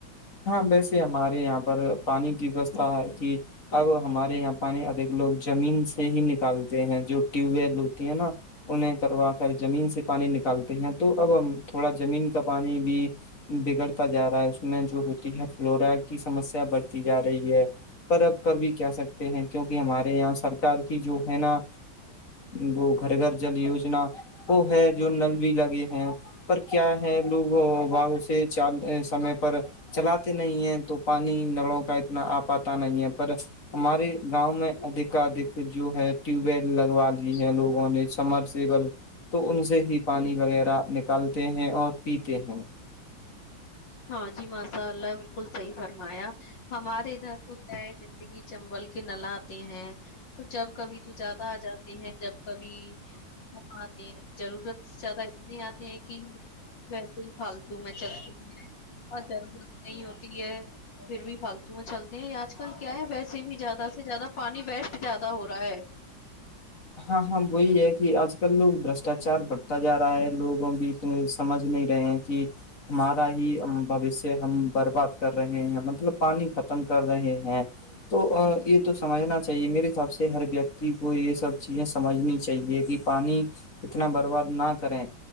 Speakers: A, on the left; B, on the left.
A: ہاں ویسے ہمارے یہاں پر پانی کی ویوستھا ہے کہ اب ہمارے یہاں پانی ادھک لوگ زمین سے ہی نکالتے ہیں جو ٹیوب ویل ہوتی ہے نا انہیں کروا کر زمین سے پانی نکالتے ہیں تو اب ہم تھوڑا زمین کا پانی بھی بگڑتا جا رہا ہے اس میں ہوتی ہے فلورا کی سمسیا بڑھتی جا رہی ہے پر اب ک بھی کیا سکتے ہیں کیونکہ ہمارے یہاں سرک کی جو ہے نا وہ گھر گھر جل یوجنا وہ ہے جو نل بھی لگے ہیں پر کیا ہے لوگ سے چال سمے پر چلاتے نہیں ہے تو پانی نلوں کا اتنا آ پاتا نہیں ہے پر ہمارے گاؤں میں ادھک ادھک جو ہے ٹیوب ویل لگوا لی ہے لوگوں نے سمرسیل تو ان سے ہی پانی وغیرہ نکالتے ہیں اور پیتے ہیں
B: ہاں جی ماشاء اللہ بالکل صحیح فرمایا ہمارے ادھر تو کیا ہے سگی چمبل کہ نل آتے ہیں تو جب کبھی تو زیادہ آ جاتے ہیں جب کبھی کم آتے ہیں ضرورت زیادہ اتنے آتے ہیں کہ ویسے ہی فالتو میں چلتی ہیں اور ضرورت نہیں ہوتی ہے پھر بھی فالتو میں چل نہیں آج کل کیا ہے ویسے بھی زیادہ سے زیادہ پانی بیسٹ زیادہ ہو رہا ہے
A: ہاں ہاں وہی ہے کہ آج کل لوگ برشٹاچار بڑھتا جا رہا ہے لوگوں بھی تو سمجھ نہیں رہے ہیں کہ ہمارا ہی بوشیہ ہم برباد کر رہے ہیں مطلب پانی ختم کر رہے ہیں تو یہ تو سمجھنا چاہیے میرے حساب سے ہر ویکتی کو یہ سب چیزیں سمجھنی چاہیے کہ پانی اتنا برباد نہ کریں